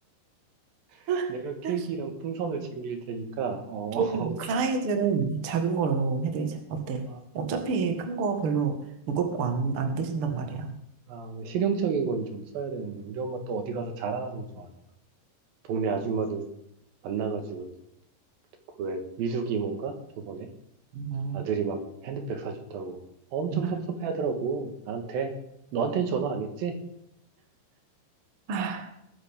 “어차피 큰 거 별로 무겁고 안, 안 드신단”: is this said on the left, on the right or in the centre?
Right